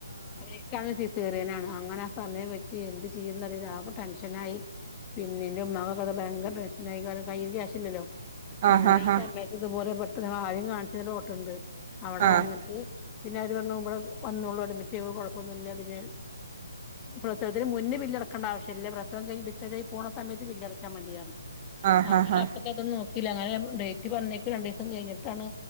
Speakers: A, on the left; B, on the right.
A: അവര് ഇക്കാണെങ്കി സിസേറിയാനാണ് അങ്ങനെ ആ സമയം വെച്ച് എന്ത് ചെയ്ന്നറീലാ ആകെ ടെൻഷനായി പിന്നെന്റെ ഉമമാക്കൊക്കെ അത് ഭയങ്കര ടെൻഷനായി കാരണം കയ്ല് കാശില്ലല്ലോ
B: ആഹ്
A: അങ്ങനെ
B: ആഹ്
A: ആ സമയത്ത് ഇതുപോലെ പെട്ട് ഞങ്ങള് ആദ്യം കാണിച്ചന്ന ഡോക്ടറ്ണ്ട്അവിടെ
B: ആഹ്
A: വന്നിട്ട് പിന്നെ അവര് പറഞ്ഞു ഇവിടെവന്നള്ളൂ അഡ്മിറ്റീതോളു കുഴപ്പൊന്നുല്ല പിന്നെ പ്രസവത്തിന് മു ന്നേിബി ല്ലടക്കേണ്ട ആവശ്യല്ല പ്രസവം കഴിഞ് ഡിസ്ചാർജായി പോണ സമയത്ത് ബില്ലടച്ചാ മതിപറഞ്ഞു
B: ആഹ് ആഹ്
A: അങ്ങനെ
B: ആഹ്
A: അപ്പൊക്ക അതും നോക്കിയില്ല അങ്ങനെ ഡേറ്റ് പറഞ്ഞ രണ്ടു സം കഴിഞ്ഞിട്ടാണ്